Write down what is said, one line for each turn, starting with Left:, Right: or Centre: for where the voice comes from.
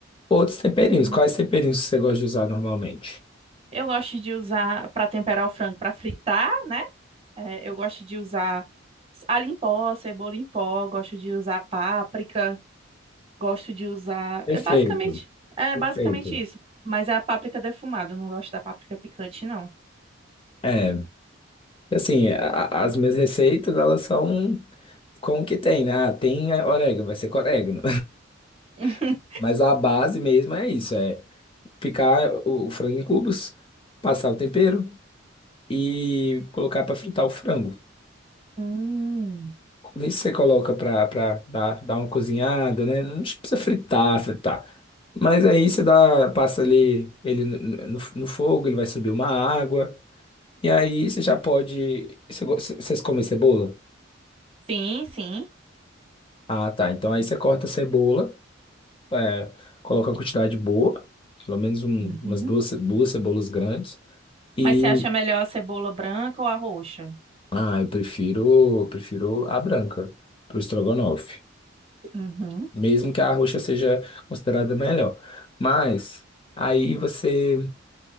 Left: outros temperinhos.
Right: Hum.
Left: Quais temperinhos você gosta de usar normalmente?
Right: Eu gosto de usar para temperar o frango para fritar, né? É, eu gosto de usar alho em pó, cebola em pó, gosto de usar páprica, gosto de usar.
Left: Perfeito,
Right: É basicamente, é
Left: perfeito.
Right: basicamente isso. Mas é a páprica defumada, eu não gosto da páprica picante, não.
Left: É, assim, a- a- as minhas receitas, elas são Como que tem, né? Ah, tem orégano, vai ser com orégano.
Right: <laughs>
Left: <laughs> Mas a base mesmo é isso, é picar o o frango em cubos, passar o tempero e colocar para fritar o frango.
Right: Hum.
Left: Nisso você coloca para dar, dar uma cozinhada, né? Não precisa fritar, fritar. Mas aí você dá, passa ali ele no, no- no fogo, ele vai subir uma água. E aí você já pode. você go- Vocês comem cebola?
Right: Sim, sim.
Left: Ah, tá. Então aí você corta a cebola. É, coloca uma quantidade boa, pelo menos um-
Right: Uhum.
Left: umas duas, ce- duas cebolas grandes. E
Right: Mas você acha melhor a cebola branca ou a roxa?
Left: ah, eu prefiro, prefiro a branca pro estrogonofe,
Right: Uhum,
Left: mesmo que a roxa seja considerada melhor. Mas aí você